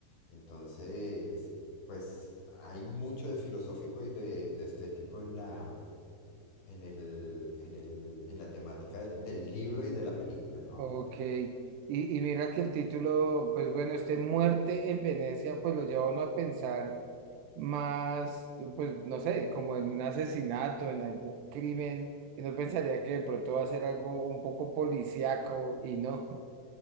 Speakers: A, on the left (about 85°); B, on the right (about 75°).
A: Entonces, pues hay mucho de filosófico y de, de estético en la, en el, en el, en la temática del, del libro y de la película, ¿no?
B: Ok. Y, y mira que el título, pues bueno, este Muerte en Venecia, pues lo lleva a uno a pensar más, pues no sé, como en un asesinato, en algún crimen. Y no pensaría que de pronto va a ser algo un poco policíaco y no.